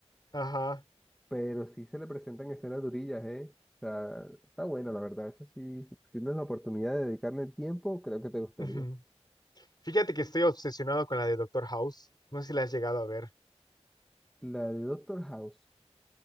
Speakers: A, on the left (about 35°); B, in the centre.
A: Ajá.
B: pero sí se le presentan escenas durillas, ¿eh? O sea, está bueno, la verdad. Eso sí, si tienes la oportunidad de dedicarle el tiempo, creo que te gustaría.
A: ujú. Fíjate que estoy obsesionado con la de Doctor House. No sé si la has llegado a ver.
B: La de Doctor House.